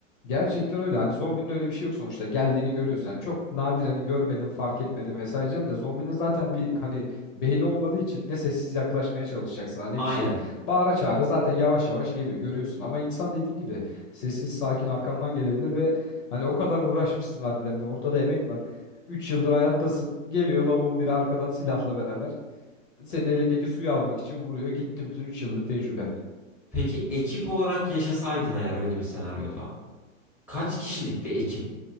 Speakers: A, on the left; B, in the centre.
A: Gerçekten öyle. Hani zombinin öyle bir şey yok sonuçta. Geldiğini görüyorsun. Yani çok nadir hani görmedim, fark etmedim vesaire diyeceğim de zombinin zaten bir hani beyni olmadığı için ne sessiz yaklaşmaya çalışacaksın hani
B: Aynen.
A: bir şey. Bağıra çağıra zaten yavaş yavaş geliyor görüyorsun. Ama insan dediğin gibi sessiz sakin arkandan gelebilir ve hani o kadar <laughs> uğraşmışsın harbiden bir ortada emek var. 3 yıldır hayattasın. Geliyor lavuğun biri arkadan silahla beraber. Senin elindeki suyu almak için vuruyor. Gitti bütün 3 yıllık tecrübe.
B: Peki ekip olarak yaşasaydın eğer öyle bir senaryoda kaç kişilik bir ekip?